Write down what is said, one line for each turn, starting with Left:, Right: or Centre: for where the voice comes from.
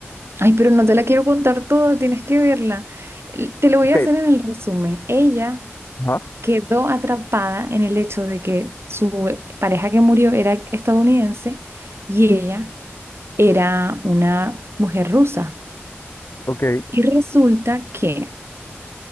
Right: Ay, pero no te la quiero contar toda, tienes que verla. L- Te lo voy
Left: Ok,
Right: a hacer en el resumen. Ella
Left: Ah,
Right: quedó atrapada en el hecho de que su eh, pareja que murió era estadounidense y ella era una mujer rusa.
Left: ok.
Right: Y resulta que